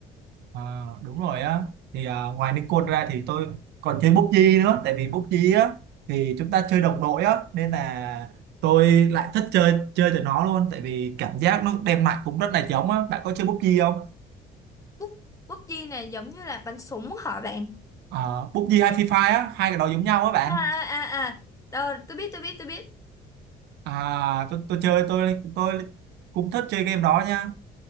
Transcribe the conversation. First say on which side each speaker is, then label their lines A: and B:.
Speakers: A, on the right; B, on the left.
A: à, đúng rồi á thì à, ngoài Nikon ra thì tôi còn chơi PUBG nữa tại vì PUBG á thì chúng ta chơi đồng đội á nên là tôi lại thích chơi chơi từ nó luôn tại vì cảm giác nó đem lại cũng rất là giống á bạn có chơi PUBG không
B: bút bút PUBG này giống như là bắn súng hả bạn
A: à, PUBG hay Free Fire á hai cái đó giống nhau á bạn
B: à à à à. rồi tôi biết tôi biết tôi biết
A: à tôi tôi chơi tôi tôi cũng thích chơi game đó nha